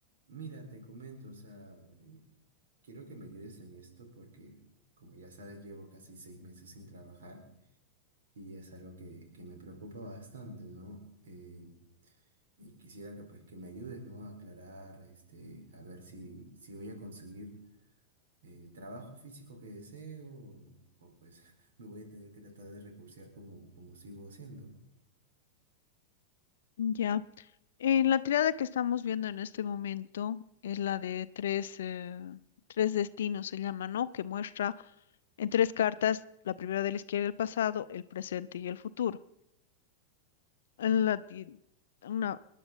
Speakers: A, on the right; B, on the left.
A: Mira, te comento, o sea, eh, quiero que me ayudes en esto porque, como ya sabes, llevo casi seis meses sin trabajar y es algo que, que me preocupa bastante, ¿no? Eh, y quisiera que, pues, que me ayudes, ¿no? A aclarar, este, a ver si, si voy a conseguir el trabajo físico que deseo o, o, pues <laughs> me voy a tener que tratar de recursear como, como sigo haciendo.
B: Ya. En la triada que estamos viendo en este momento es la de tres, eh, tres destinos, se llama, ¿no? Que muestra en tres cartas, la primera de la izquierda, el pasado, el presente y el futuro. En la, y una,